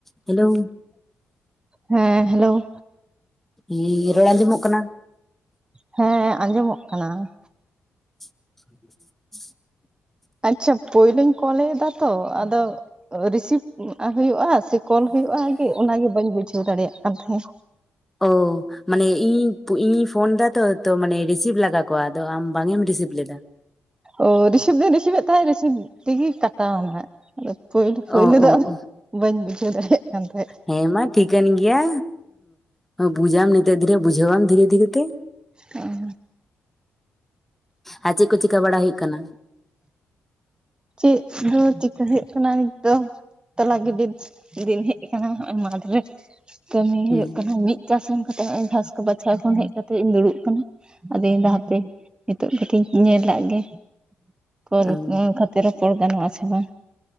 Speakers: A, in the centre; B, on the right.
A: ᱦᱮᱞᱳ
B: ᱦᱮᱸ ᱦᱮᱞᱳ ᱾
A: ᱤ ᱤ ᱤ ᱨᱚᱲ ᱟᱡᱚᱢᱚᱜ ᱠᱟᱱᱟ?
B: ᱦᱮᱸ ᱟᱸᱡᱚᱢᱚᱜ ᱠᱟᱱᱟ ᱾
A: <inaudible>
B: ᱟᱪᱪᱷᱟ ᱯᱳᱭᱞᱳᱧ ᱠᱚᱞ ᱮᱫᱟ ᱛᱚ ᱟᱫᱚ ᱨᱤᱥᱤᱵᱷ ᱦᱩᱭᱩᱜ-ᱟ? ᱥᱮ ᱠᱚᱞ ᱦᱩᱭᱩᱜ-ᱟ ᱟᱜᱮ ᱚᱱᱟᱜᱮ ᱵᱟᱹᱧ ᱵᱩᱡᱷᱟᱹᱣ ᱫᱟᱲᱮᱭᱟᱜ ᱠᱟᱱ ᱛᱟᱦᱮᱸᱫ᱾
A: ᱳ ᱢᱟᱱᱮ ᱤᱧ ᱤᱧᱤᱧ ᱯᱷᱳᱱ ᱫᱟ ᱛᱚ ᱛᱚ ᱢᱟᱱᱮ ᱨᱤᱥᱤᱵᱷ ᱞᱟᱜᱟ ᱠᱚᱜ-ᱟ ᱟᱫᱚ ᱟᱢ ᱵᱟᱝ ᱮᱢ ᱨᱤᱥᱤᱯ ᱞᱮᱫᱟ᱾
B: ᱚ ᱨᱤᱥᱤᱵᱷ ᱫᱩᱧ ᱨᱤᱥᱤᱵᱷᱮᱫ ᱛᱟᱦᱮᱸᱫ ᱨᱤᱥᱤᱵᱷ ᱛᱮᱜᱮ ᱠᱟᱴᱟᱣ ᱱᱟ᱾ ᱯᱳᱞᱳ ᱯᱳᱭᱞᱳ
A: ᱚ
B: ᱫᱚ
A: ᱚ
B: ᱟᱫᱚ
A: ᱚ
B: ᱵᱟᱹᱧ ᱵᱩᱡᱷᱟᱹᱣ ᱫᱟᱲᱮᱭᱟᱜ ᱠᱟᱱ ᱛᱟᱦᱮᱸᱫ᱾
A: ᱦᱮᱸ ᱢᱟ ᱴᱷᱤᱠᱟᱹᱱ ᱜᱮᱭᱟ ᱵᱩᱡᱟᱢ ᱱᱤᱛᱟᱹᱜ ᱫᱷᱤᱨᱮ ᱵᱩᱡᱷᱟᱹᱣᱟᱢ ᱫᱷᱤᱨᱮ ᱫᱷᱤᱨᱮᱛᱮ᱾
B: ᱚ
A: ᱟᱨ ᱪᱮᱫ ᱠᱚ ᱪᱤᱠᱟ ᱵᱟᱲᱟ ᱦᱩᱭᱩᱜ ᱠᱟᱱᱟ?
B: ᱪᱮᱜ ᱫᱚ ᱪᱤᱠᱟᱹᱭ ᱦᱩᱭᱩᱜ ᱠᱟᱱᱟ ᱱᱤᱛ ᱫᱚ? ᱛᱚᱞᱟ ᱜᱤᱰᱤ ᱫᱤᱱ ᱦᱮᱡ ᱟᱠᱟᱱᱟ ᱱᱚ ᱚᱭ ᱢᱟᱴᱷᱨᱮ ᱠᱟᱹᱢᱤ
A: ᱦᱩᱸ
B: ᱦᱩᱭᱩᱜ ᱠᱟᱱᱟ ᱢᱤᱜ ᱪᱟᱥ ᱮᱢ ᱠᱟᱛᱮ ᱦᱚᱜ ᱚᱭ ᱜᱷᱟᱥ ᱠᱚ ᱵᱟᱪᱷᱟᱣ ᱠᱷᱚᱱ ᱦᱮᱡ ᱠᱟᱛᱮ ᱤᱧ ᱫᱩᱲᱩᱵ ᱠᱟᱱᱟ᱾ ᱟᱫᱩᱧ ᱫᱟ ᱦᱟᱯᱮ ᱱᱤᱛᱳᱜ ᱠᱟᱴᱤᱧ ᱧᱮᱞ ᱞᱟᱜ ᱜᱮ᱾ ᱠᱚ
A: ᱚ ᱦᱩᱸ
B: ᱠᱷᱟᱹᱛᱤᱨ ᱨᱚᱯᱚᱲ ᱜᱟᱱᱚᱜ ᱟ ᱥᱮ ᱵᱟᱝ